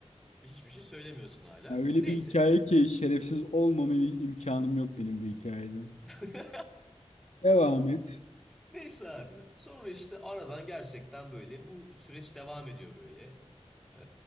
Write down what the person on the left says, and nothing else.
Ya Öyle
bir hikaye ki şerefsiz olmama imkanım yok benim bu hikayede.
Devam et.